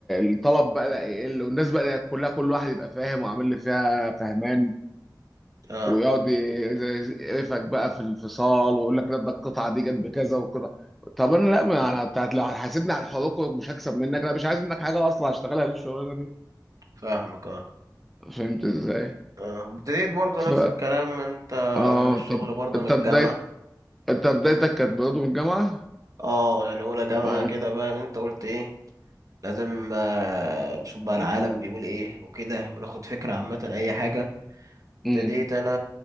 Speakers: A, in the centre; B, on the right.
A: الطلب بقى بقى يقل والناس بقى كلها كل واحد يبقى فاهم وعامل اللي فيها فهمان
B: اه
A: ويقعد ي- زي- زي- يقرفك بقى في الفصال ويقول لك لا ده القطعه دي جت بكذا والقطعه طب انا لا ما انا بتاعت لو هتحاسبني على الحقوق مش هكسب منك لا مش عايز منك حاجه اصلا هشتغلها ليه الشغلانه دي
B: فاهمك اه
A: فهمت ازاي
B: اه ابتديت برضو
A: ف
B: نفس الكلام انت
A: اه
B: الشغل
A: طب
B: برضو
A: انت
B: من
A: بدايه
B: الجامعة
A: انت بدايتك كانت برضه من الجامعه
B: اه يعني اولى جامعة
A: اه
B: كده فاهم انت قلت ايه لازم آه، نشوف بقى العالم بيقول ايه وكده وناخد فكرة عامة اي حاجة ابتديت
A: امم
B: انا